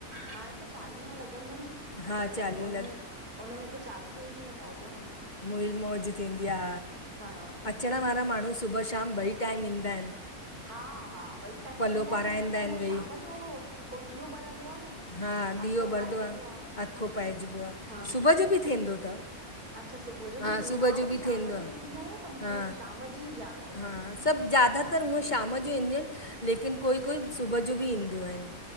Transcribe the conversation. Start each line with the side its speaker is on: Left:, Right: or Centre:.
Right: हाणे त चालीहो लॻंदो न,
Left: हा
Right: त
Left: चालीहो
Right: उन में, उन में त चालीह टे ॾीहं मोज।
Left: मुईड़, मौज थींदी आ,
Right: हा
Left: अचण वारा माण्हूं सुबुह शाम ॿई टाइम ईंदा आहिनि।
Right: हा हा, ॿई टाइम
Left: पलो
Right: ईंदा
Left: पाराईंदा
Right: इनि न त त
Left: आहिनि
Right: हूंअ
Left: भई
Right: शाम जो हो ॾीओ ॿरंदो आ न।
Left: हा ॾीओ
Right: अखो
Left: ॿरदो
Right: पाइजंदो
Left: आ, अखो पाइजबो आ,
Right: हा
Left: सुबुह जो बि थींदो तव।
Right: अच्छा सुबुह जो बि
Left: हा,
Right: थींदो
Left: सुबुह
Right: मां
Left: जो
Right: वरी
Left: बि
Right: शाम
Left: थींदो आ,
Right: जो वेंदी आहियां त मूंखे
Left: हा,
Right: वरी शाम जी ई ॼाण आहे।
Left: हा, सभु ज्यादा पर ऊअं शाम जो ईंदियूं इनि, लेकिन कोई कोई सुबुह जो बि ईंदियूं आहिन।